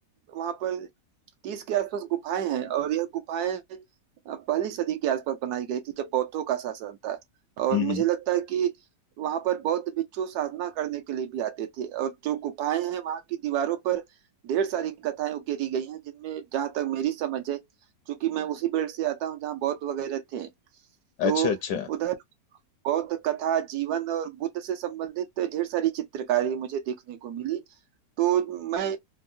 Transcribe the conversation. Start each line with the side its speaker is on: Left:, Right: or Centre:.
Right: वहां पर तीस के आसपास गुफाएं हैं और यह गुफाएं अ, पहली सदी के आसपास बनाई गई थी जब बौद्धों का शासन था और
Left: हम्म
Right: मुझे
Left: हम्म
Right: लगता है कि वहां पर बौद्ध भिक्षु साधना करने के लिए भी आते थे और जो गुफाएं हैं वहां की दीवारों पर ढेर सारी कथाएं उकेरी गई हैं जिनमें जहां तक मेरी समझ है क्योंकि मैं उसी बेल्ट से आता हूँ जहाँ बौद्ध वगैरह थे तो
Left: अच्छा अच्छा
Right: उधर बौद्ध कथा जीवन और बुद्ध से संबंधित ढेर सारी चित्रकारी मुझे देखने को मिली तो मैं